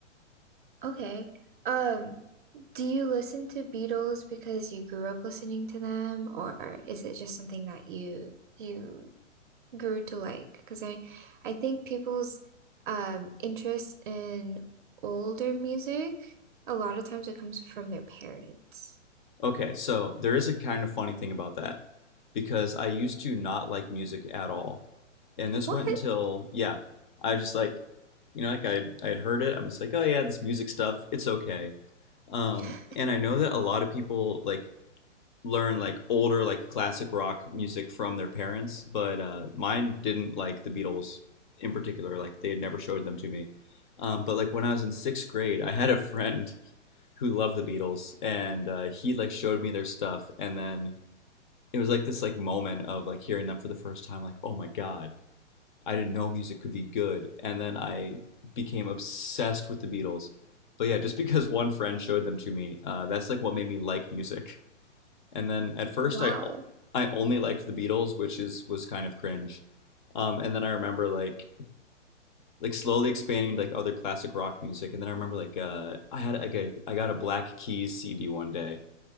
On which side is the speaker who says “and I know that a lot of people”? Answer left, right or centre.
Left